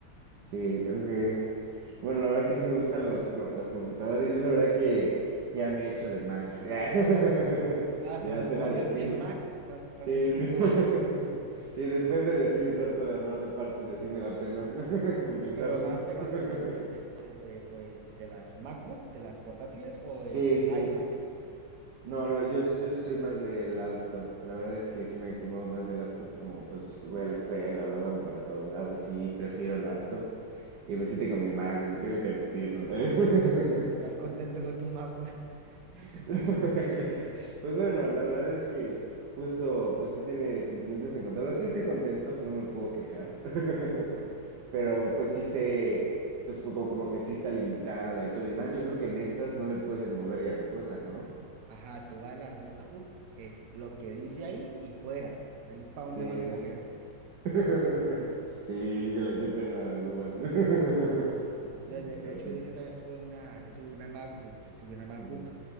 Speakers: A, on the right; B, on the right.
A: Sí, aunque, bueno, la verdad que sí me gustan los, co- los computadores. Yo la verdad que ya me he hecho de Mac. <laughs>
B: Ah,
A: Me
B: tú
A: da
B: andas,
A: pena
B: tú andas
A: decirlo.
B: Team Mac, tú, an- tú andas
A: Sí,
B: Team Mac,
A: sí. <laughs> Sí, después de decir tanto de armar de partes y así me da pena <laughs> confesarlo.
B: pero Mac, pero
A: <laughs>
B: de, de, de, de, de- de- pues, de las MacBook, de las portátiles o del
A: Sí, sí.
B: iMac.
A: No, no, yo, s- yo sí soy más de laptop. La verdad es que sí me acomodo más de laptop, como pues voy a la escuela o luego ando para todos lados, sí prefiero laptop. Y pues sí tengo mi MacBook, tengo que admitirlo. <laughs>
B: ¿Estás contento con tu MacBook? <laughs>
A: <laughs> Pues bueno, la verdad es que justo, pues sí tiene sentimientos encontrados. Sí estoy contento, no me puedo quejar. <laughs> Pero pues sí sé, pues poco como que sí está limitada y todo. Y más, yo creo que en estas no le puedes mover gran cosa, ¿no?
B: Ajá, tú vas a las MacBook, es lo que dice ahí y fuera. Hay un pa' dónde
A: Sí,
B: más coger.
A: sí. <laughs> Sí, híjole, qué pena, Duban. <laughs>
B: De, de-
A: Pero
B: de hecho,
A: sí.
B: yo, yo también tuve una, yo tuve una MacBook, yo tuve una MacBook
A: Ujú.